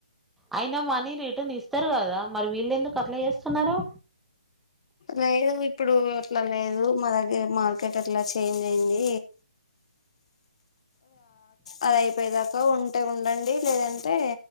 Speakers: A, in the centre; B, on the left.
A: అయినా మనీ రిటర్న్ ఇస్తరు కదా మరి వీళ్ళు ఎందుకు అట్ల చేస్తున్నరు
B: లేదు ఇప్పుడు అట్ల లేదు మా దగ్గర మార్కెట్ అట్ల చేంజ్ అయింది అది అయిపోయదాకా ఉంటే ఉండండి లేదంటే